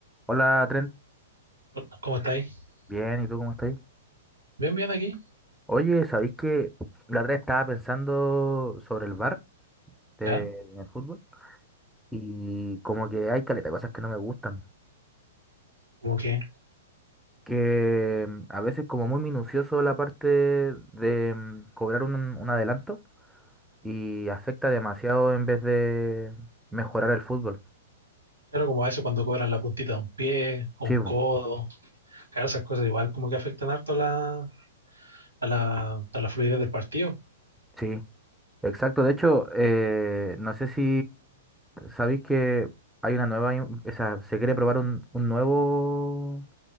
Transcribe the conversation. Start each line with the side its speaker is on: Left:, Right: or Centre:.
Centre: Hola, Trent.
Right: Hola, ¿Cómo estáis?
Centre: Bien, ¿y tú cómo estás?
Right: Bien, bien aquí,
Centre: Oye, ¿sabéis que la otra vez estaba pensando sobre el bar de,
Right: ¿ya?
Centre: en el fútbol? Y como que hay caleta de cosas que no me gustan.
Right: Como que,
Centre: Que mm, a veces como muy minucioso la parte de mm, cobrar un, un adelanto y afecta demasiado en vez de mejorar el fútbol.
Right: claro, como a veces cuando cobran la puntita de un pie, o un
Centre: Sí,
Right: codo,
Centre: bu,
Right: claro, esas cosas igual como que afectan harto a la, a la, a la fluidez del partido,
Centre: sí. Exacto, de hecho, eh, no sé si sabéis que hay una nueva, in- o sea, se quiere probar un, un nuevo